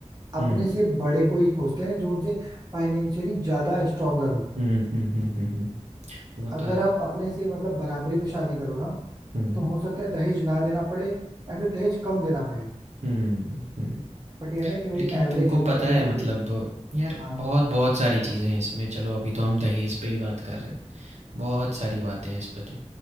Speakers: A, on the right (about 35°); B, on the right (about 70°).
A: अपने
B: हुँ,
A: से बड़े को ही खोजते हैं जो उनसे फाइनेंशियली ज्यादा स्ट्रोंगर हो
B: हुँ, हुँ, हुँ, हुँ, हुँ, वो तो
A: अगर
B: है
A: आप अपने से मतलब बराबरी में शादी करो ना
B: हुँ,
A: तो हो सकता है दहेज ना देना पड़े या फिर दहेज कम देना पड़े
B: हुँ, हुँ,
A: बट ये है ना कि वही
B: लेकिन
A: एवरेज
B: तुमको
A: ह्यूमन
B: पता
A: मेंटेलिटी
B: है मतलब यार
A: हाँ
B: बहुत बहुत सारी चीज़ें हैं इसमें चलो अभी तो हम दहेज पे ही बात कर रहे हैं बहुत सारी बातें हैं इस पे तो